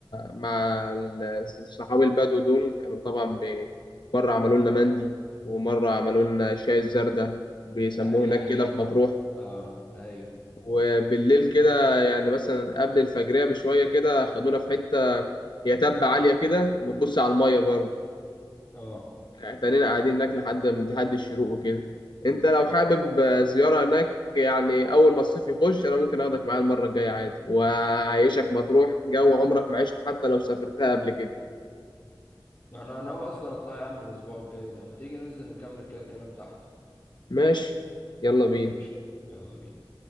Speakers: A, on the left; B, on the left.
A: مع ال- الصحابي البدو دول كانوا طبعا ب- مره عملوا لنا مندي ومره عملوا لنا شاي الزردة بيسموه
B: يا عيني
A: هناك كده في مطروح
B: اه ايوه
A: وبالليل كده يعني مثلا قبل الفجريه بشويه كده خدونا في حته هي تبة عاليه كده وبتبص على الميه برضه
B: اه
A: احتنينا قاعدين هناك لحد لحد الشروق وكده انت لو حابب آه، زيارة هناك يعني اول ما الصيف يخش انا ممكن اخدك معايا المرة الجاية عادي واعيشك مطروح جو عمرك ما عشته حتى لو سافرتها قبل كده
B: انا ناوي اصلا اطلع يا عم الاسبوع الجاي ده ما تيجي ننزل نكمل كده كلام تحت
A: ماشي يلا بينا
B: قشطة يلا بينا